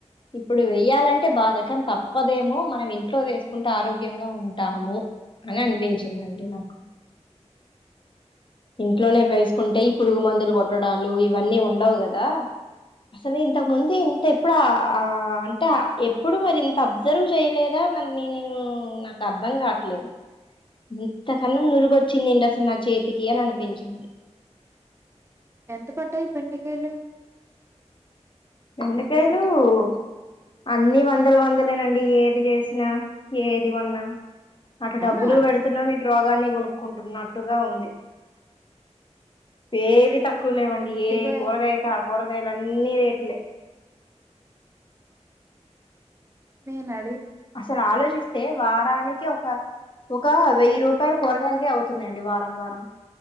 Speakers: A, on the left; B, on the right.
A: ఇప్పుడు వెయ్యాలంటే బాధ కాని తప్పదేమో మనం ఇంట్లో వేసుకుంటే ఆరోగ్యంగా ఉంటాము అని అనిపించిందండి నాకు ఇంట్లోనే వేసుకుంటే ఈ పురుగు మందులు కొట్టడాలు ఇవన్నీ ఉండవు కదా అసలు ఇంతకు ముందు ఇంత ఎప్పుడు ఆ అంటే ఎప్పుడు మరి ఇంత అబ్జర్వ్ చేయలేదా చాలామంది న నేను నాకు అర్ధం కాట్లేదు ఇంతకన్నా నురుగొచ్చింది ఏంటి అసలు నా చేతికి అని అనిపించింది
B: ఎంత పడ్డాయి బెండకాయలు
A: బెంకాయలు
B: కిలో తీ
A: ఆ అన్ని వందలు వందలేనండి ఏది చేసినా ఏది కొన్నా అటు
B: అవునా
A: డబ్బులూ పెడుతున్నాం ఇ టు రోగాన్నీ కొనుక్కుంటున్నట్టుగా ఉంది ఏవీ తక్కువ ఎక్కువలేవండి
B: కిలో
A: ఏ కూరగాయకా కూరగాయలు అన్నీ రేట్లే
B: నేనా
A: అసలు ఆలోచిస్తే వారానికి ఒక ఒక వెయ్యి రూపాయలు కూరగాయలకే అవుతున్నాయండి వారం వారం